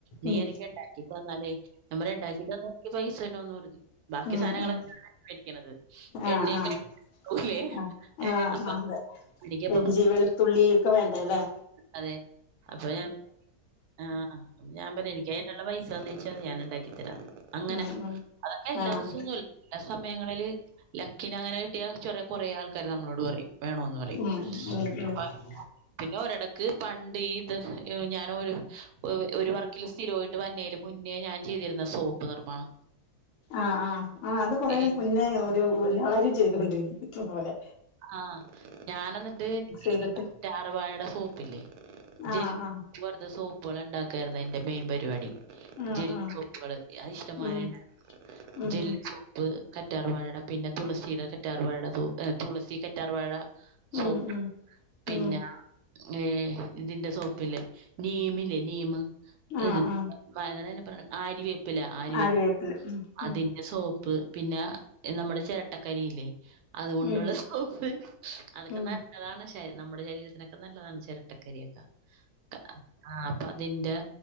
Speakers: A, on the right (about 75°); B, on the left (about 60°).
A: നീ
B: ഉം
A: എനിക്ക് ഉണ്ടാക്കി തന്നാലേ ഞാൻ പറഞ്ഞു ഇണ്ടാക്കി തന്നാ എനിക്ക് പൈസ തന്നോന്ന് പറഞ്ഞു <unintelligible> ബാക്കി
B: ഉം ഉം
A: സാധനങ്ങളൊക്കെ
B: ഉം
A: <unintelligible> മേടിക്കണത്
B: ആഹ്
A: എണ്ണയൊക്കെ
B: ആഹ്
A: ആവൂല്ലേ
B: ആഹ്
A: ഏഹ്
B: ആഹ്
A: അപ്പൊ
B: അതെ
A: എനിക്ക്
B: ഇഞ്ചി വെളുത്തുള്ളി ഒക്കെ വേണ്ടേ ല്ലേ
A: അതെ. അപ്പൊ ഞാൻ ആഹ് ഞാൻ പറയാ എനിക്കയിനുള്ള പൈസ തന്നേച്ചാ മതി ഞാൻ ഇണ്ടാക്കിത്തരാന്ന് അങ്ങനെ
B: ഉം ഉം
A: അതൊക്കെ എല്ലാസോം
B: ആഹ്
A: <unintelligible> ചെല സമയങ്ങളില് ലക്കിന് അങ്ങനെ കിട്ടിയാ ചെറിയ കൊറേ ആൾക്കാര് നമ്മളോട് പറയും വേണോന്ന് പറയും
B: ആഹ്
A: അപ്പ
B: <unintelligible>
A: പിന്നെ ഒരടക്ക് പണ്ട് ഈ ഇത് ഞാനൊരു ഒ ഒരു വറക്കില് സ്ഥിരോയിട്ട് വന്നേലും മുന്നേ ഞാൻ ചെയ്തിരുന്നാ സോപ്പ് നിർമ്മാണം
B: ആഹ് ആഹ് ആഹ് അത് കൊറെ
A: ഈ
B: മുന്നേ ഒരു എല്ലാവാരും ചെയ്തോണ്ടിരുന്ന ഇതേ പോലെ
A: ആഹ് ഞാനന്നിട്ട്
B: ചെയ്തിട്ട്
A: ഈ കറ്റാർ വാഴേടെ സോപ്പില്ലേ ജെൽ
B: ആഹ് ആഹ്
A: വെറുതെ സോപ്പുകള് ഇണ്ടാക്കായിരുന്നു എന്റെ മെയിൻ പരിപാടി
B: ആഹ്
A: ജെൽ
B: ആഹ്
A: ചോപ്പുകള് അയി ഇഷ്ടംമാരെ
B: ഉം
A: ണ്ടായിര്ന്നു.
B: ഉം
A: ജെൽ സോ പ്പ്, കറ്റാർവാഴടെ പിന്നെ തുളസിടെ കറ്റാർവാഴടെ സൂ ഏ തുളസി, കറ്റാർവാഴ സോപ്പ്
B: ഉം ഉം ഉം
A: പിന്നാ
B: ഉം
A: ഏഹ്. തിന്റെ സോപ്പ്ല്ലെ നീമ് ല്ലേ നീ മ് <unintelligible>
B: ആഹ് ആഹ്
A: പറണെ ആരിവേപ്പ്ല, ആരിവേപ്പ്
B: ആര്യവേപ്പില ഉം
A: അതി
B: ഉം
A: സോപ്പ് പിന്നാ നമ്മടെ ചെരട്ടക്കരിയില്ലേ അത്കൊണ്ട്ള്ള
B: ഉം
A: <unintelligible> അതെക്കെ
B: ഉം
A: നല്ലതാണ് ശര് നമ്മടെ ശരീരത്തിനെക്കെ നല്ലതാണ് ചെരട്ടക്കരി യൊക്കാ ക്കാ. ആഹ് അപ്പതിന്റെ